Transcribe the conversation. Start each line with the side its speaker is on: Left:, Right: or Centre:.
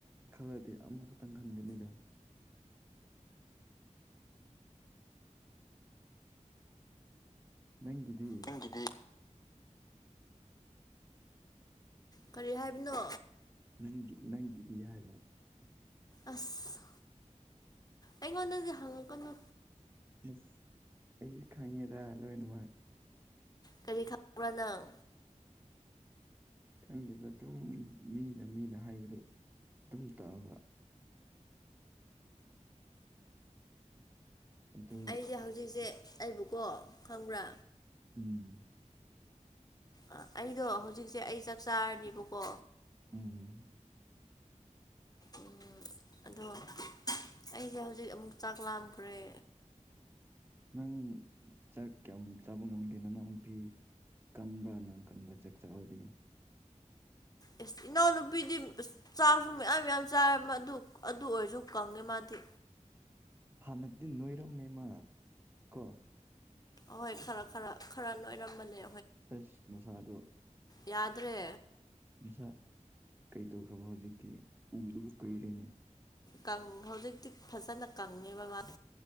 Right: ꯈꯜꯂꯗꯤ ꯑꯃꯈꯛꯇꯪ ꯈꯟꯒꯅꯤꯗ <inaudible> ꯅꯪꯒꯤꯗꯤ
Left: ꯅꯪꯒꯤꯗꯤ ꯀꯔꯤ ꯍꯥꯏꯕꯅꯣ
Right: ꯅꯪꯒꯤ ꯅꯪꯒꯤꯗꯤ ꯍꯥꯏꯕ
Left: ꯑꯁ ꯑꯩꯉꯣꯟꯗꯗꯤ ꯍꯧꯔꯛꯀꯅꯨ
Right: ꯑꯁ ꯑꯩꯁꯨ ꯈꯪꯉꯦꯗ ꯂꯣꯏꯅꯃꯛ
Left: ꯀꯔꯤ ꯈꯪꯕꯔ ꯅꯪ
Right: ꯈꯪꯗ‌ꯦꯗ ꯑꯇꯩ ꯑꯗꯨꯝ ꯃꯤꯅ ꯃꯤꯅ ꯍꯥꯏꯕꯗꯨ ꯑꯗꯨꯝ ꯇꯥꯕ ꯑꯗꯨ
Left: ꯑꯩꯁ‌ꯦ ꯍꯧꯖꯤꯛꯁꯦ ꯑꯩꯕꯨꯀꯣ ꯈꯪꯕ꯭ꯔꯥ
Right: ꯎꯝ
Left: ꯑ ꯑꯩꯗꯣ ꯍꯧꯖꯤꯛꯁꯦ ꯑꯩ ꯆꯥꯛ ꯆꯥꯔꯅꯤꯕꯀꯣ
Right: ꯎꯝ
Left: ꯎꯝ ꯑꯗꯣ ꯑꯩꯁꯦ ꯍꯧꯖꯤꯛ ꯑꯃꯨꯛ ꯆꯥꯛ ꯂꯥꯝꯈꯔꯦ
Right: ꯅꯪ ꯆꯥꯛ ꯀꯌꯥꯝ ꯆꯥꯕ ꯉꯝꯗꯦꯅ ꯅꯎꯄꯤ ꯀꯪꯕ꯭ꯔꯥ ꯅꯪ ꯀꯟꯕ꯭ꯔꯥ ꯆꯥꯛ ꯆꯥꯕꯗꯤ
Left: ꯑꯦꯁ ꯏꯅꯥꯎꯅꯨꯄꯤꯗꯤ ꯏꯁ ꯆꯥ ꯆꯥꯕꯁꯨ ꯃꯌꯥꯝ ꯌꯥꯝ ꯆꯥꯔ ꯑꯗꯨ ꯑꯗꯨ ꯑꯣꯏꯔꯁꯨ ꯀꯪꯉꯦ ꯃꯥꯗꯤ
Right: ꯍꯅꯗꯒꯤ ꯅꯣꯏꯔꯝꯅꯤ ꯅꯀꯣ
Left: ꯍꯣꯏ ꯈꯔ ꯈꯔ ꯈꯔ ꯂꯣꯏꯔꯝꯃꯅꯦ
Right: ꯑꯁ ꯃꯁꯥꯗꯨ
Left: ꯌꯥꯗ꯭ꯔꯦ
Right: ꯃꯁꯥ ꯀꯩꯗꯧꯈ꯭ꯔꯕ ꯍꯧꯖꯤꯛꯇꯤ ꯎꯗꯕ ꯀꯨꯏꯔꯦ
Left: ꯀ‌ꯪ ꯍꯧꯖꯤꯛꯇꯤ ꯐꯖꯅ ꯀꯪꯉꯦꯕ ꯃꯥ